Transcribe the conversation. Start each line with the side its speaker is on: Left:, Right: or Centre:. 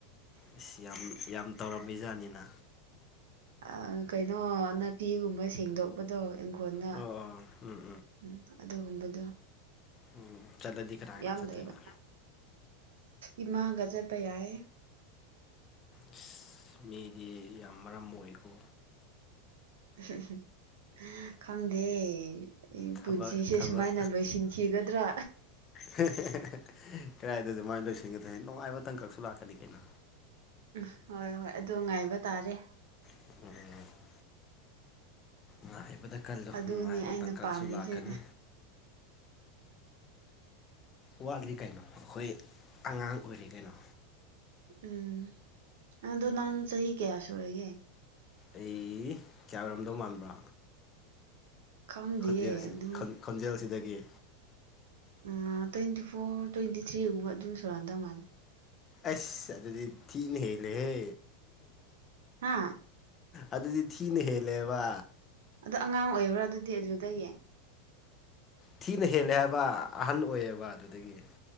Left: ꯑꯁ ꯌꯥꯝ ꯌꯥꯝ ꯇꯧꯔꯝꯃꯤꯖꯥꯠꯅꯤꯅ
Right: ꯑ ꯀꯩꯅꯣ ꯅꯥꯄꯤꯒꯨꯝꯕ ꯁꯦꯡꯗꯣꯛꯄꯗꯣ ꯏꯪꯈꯣꯜꯅ
Left: ꯑꯣ ꯑꯣ ꯎꯝ
Right: ꯎꯝ ꯑꯗꯨꯒꯨꯝꯕꯗꯣ
Left: ꯎꯝ ꯆꯠꯂꯗꯤ ꯀꯅꯥ ꯀꯅꯥ
Right: ꯌꯥꯝ
Left: ꯆꯠꯇꯣꯏꯕ
Right: ꯂꯩꯕ ꯏꯃꯥꯒ ꯆꯠꯄ ꯌꯥꯏ
Left: ꯑꯁ ꯃꯤꯗꯤ ꯌꯥꯝ ꯃꯔꯝ ꯃꯣꯛꯏꯀꯣ
Right: ꯎ ꯈꯪꯗꯦ ꯑꯩ
Left: ꯊꯕꯛ
Right: ꯄꯨꯟꯁꯤꯁꯦ
Left: ꯊꯕꯛ
Right: ꯁꯨꯃꯥꯏꯅ ꯂꯣꯏꯁꯤꯟꯈꯤꯒꯗ꯭ꯔꯥ
Left: ꯀꯗꯥꯥꯏꯗ ꯑꯗꯨꯃꯥꯏꯅ ꯂꯣꯏꯁꯤꯟꯒꯗꯣꯏ ꯍꯥꯏ ꯅꯨꯡꯉꯥꯏꯕ ꯇꯪꯀꯛꯁꯨ ꯂꯥꯛꯀꯅꯤ ꯀꯩꯅꯣ
Right: ꯎꯝ ꯍꯣꯏ ꯍꯣꯏ ꯑꯗꯨ ꯉꯥꯏꯕ ꯇꯥꯔꯦ
Left: <unintelligible> ꯉꯥꯏꯕꯗ ꯀꯜꯂꯨ
Right: ꯑꯗꯨꯅꯤ
Left: ꯅꯨꯡꯉꯥꯏꯕ
Right: ꯑꯩꯅ
Left: ꯇꯥꯡꯀꯛꯁꯨ
Right: ꯄꯥꯝꯃꯤꯁꯦ
Left: ꯂꯥꯛꯀꯅꯤ ꯋꯥꯠꯂꯤ ꯀꯩꯅꯣ ꯑꯩꯈꯣꯏ ꯑꯉꯥꯡ ꯑꯣꯏꯔꯤ ꯀꯩꯅꯣ
Right: ꯎꯝ ꯑꯗꯨ ꯅꯪ ꯆꯍꯤ ꯀꯌꯥꯁꯨꯔꯒꯦ
Left: ꯑꯩ ꯀꯌꯥ ꯑꯣꯏꯔꯝꯗꯧ ꯃꯥꯟꯕ꯭ꯔꯥ
Right: ꯈꯪꯗꯦꯌꯦ
Left: ꯈꯖꯦꯜꯁꯤ
Right: ꯑꯗꯨꯝ
Left: ꯈꯣꯟꯖꯦꯜꯁꯤꯗꯒꯤ
Right: ꯎꯝ ꯇ꯭ꯋꯦꯟꯇꯤ ꯐꯣꯔ ꯇ꯭ꯋꯦꯟꯇꯤ ꯊ꯭ꯔꯤꯒꯨꯝꯕ ꯑꯗꯨꯝ ꯁꯨꯔꯥꯟꯗꯧ ꯃꯥꯜꯅꯤ
Left: ꯑꯁ ꯑꯗꯨꯗꯤ ꯊꯤꯅ ꯍꯦꯜꯂꯦꯍꯦ
Right: ꯍꯥꯥ
Left: ꯑꯗꯨꯗꯤ ꯊꯤꯅ ꯍꯦꯜꯂꯦꯕ
Right: ꯑꯗꯣ ꯑꯉꯥꯡ ꯑꯣꯏꯕ꯭ꯔꯥ ꯑꯗꯨꯗꯤ ꯑꯗꯨꯗꯒꯤ
Left: ꯊꯤꯅ ꯍꯦꯜꯂꯦ ꯍꯥꯏꯕ ꯑꯍꯟ ꯑꯣꯏꯌꯦꯕ ꯑꯗꯨꯗꯒꯤ